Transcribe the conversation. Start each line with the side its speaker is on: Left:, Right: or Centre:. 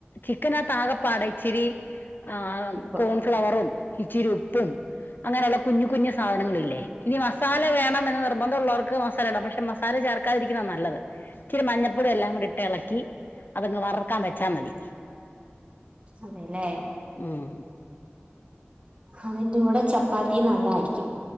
Left: ചിക്കനക ആകപ്പാടെ ഇച്ചിരി ആഹ്
Right: ഉപ്പ്
Left: കോൺഫ്ലവറും, ഇച്ചിരി ഉപ്പും അങ്ങനെ ഇള്ള കുഞ്ഞ് കുഞ്ഞ് സാധനങ്ങള് ഇല്ലേ ഇനി മസാല വേണം എന്ന് നിർബന്ധള്ളോർക്ക് മസാല ഇടാം പക്ഷെ മസാല ചേർക്കാതിരിക്കുന്നത നല്ലത്. ഇച്ചിരി മഞ്ഞപൊടിം എല്ലാം കൂടി ഇട്ട് എളക് അതങ്ങ് വറക്കാൻ വെച്ചാ മതി
Right: അതെല്ലേ
Left: ഉം
Right: അതിന്റെ കൂടെ ചപ്പാത്തി നല്ലായിരിക്കും